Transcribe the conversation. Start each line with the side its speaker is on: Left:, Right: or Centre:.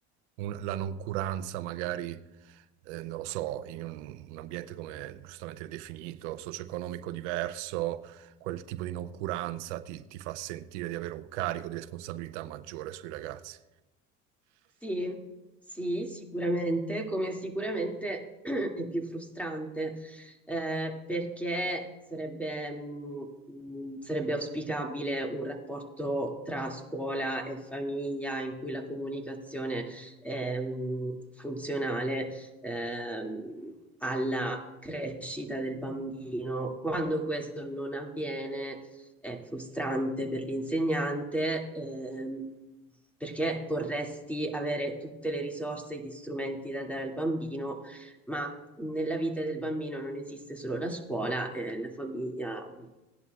Right: un- la noncuranza magari eh, non lo so, in un, un ambiente come giustamente definito, socio-economico diverso, quel tipo di noncuranza ti, ti fa sentire di avere un carico di responsabilità maggiore sui ragazzi.
Centre: Sì, sì, sicuramente, come sicuramente <clears throat> è più frustrante, eh, perché sarebbe, mh, mh, sarebbe auspicabile un rapporto tra scuola e famiglia in cui la comunicazione è, mh, funzionale, ehm, alla crescita del bambino. Quando questo non avviene, è frustrante per l'insegnante, ehm, perché vorresti avere tutte le risorse e gli strumenti da dare al bambino, ma nella vita del bambino non esiste solo la scuola e la famiglia mh,